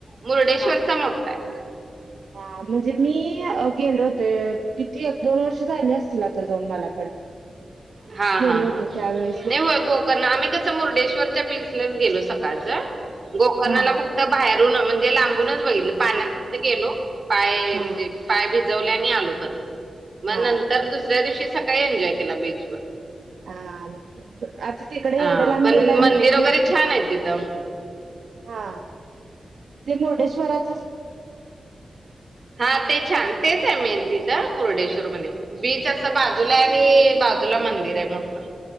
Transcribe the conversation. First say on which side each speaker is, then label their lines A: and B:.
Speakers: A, on the right; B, on the right.
A: मुर्डेश्वरचा
B: हा
A: मोठा आहे.
B: हा म्हणजे मी गेले होते किती एक दोन वर्ष झाले असतील आता. जाऊन मला पण
A: हा हा
B: गेले होते.
A: हा
B: त्यावेवेळी.
A: नाही होय. गोकर्ण आम्ही कसं मुर्डेश्वरच्या बीचलाच गेलो सकाळच. गोकर्णाला
B: हा हा
A: फक्त बाहेरून न. म्हणजे लांबूनच बघितलं. पाण्यात फक्त गेलो. पाय
B: हा
A: म्हणजे पाय भिजवले आणि आलो परत. मग
B: हा
A: नंतर
B: हा.
A: दुसऱ्या दिवशी सकाळी एन्जॉय केला बीचवर.
B: हा आता तिकडे
A: हा
B: एवढ्या लांब
A: पण
B: गेलाय आणि
A: मंदिर
B: बीचवर
A: वगैरे छान आहे तिथं. ह् <inaudible>
B: हा ते मुर्डेश्वरात.
A: हा ते छान. तेच आहे मेन तिथं. तिथ मुर्डेश्वर मध्ये. बीच असं बाजूला आणि. बाजूला मंदिर आहे मोठं.